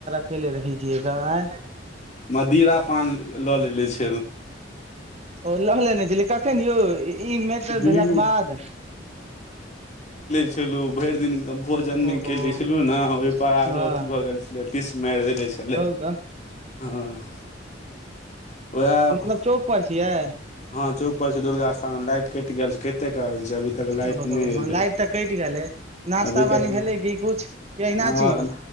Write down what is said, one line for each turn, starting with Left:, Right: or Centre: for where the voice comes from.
Right: खेले रही छियए त नाई
Left: मदिरा पान लऽ लेलेे छी
Right: ओ लह लेने छलय कखेन यौ ई मैटर
Left: लीले
Right: भेलाके बाद
Left: चलहुँ भरि दिन भोजन नहि
Right: ओहो
Left: कनेे छलहुँ ने ओहिपर
Right: हँ
Left: आरो अथी भऽ गेल छलू टीस मैर देने छै
Right: कहू त
Left: हँ उएह
Right: मतलब चौक पर छियै
Left: हँ चौक पर छी दुर्गा स्थान में लाइट कटि गेल छै कते काल छै अभी तक लाइट
Right: ओ
Left: नहि एलै
Right: लाइट तऽ कटि गेलै नाश्ता
Left: अभी
Right: पानी
Left: तक
Right: भेलै कि कुछ कि अहिना
Left: ह
Right: छी ओ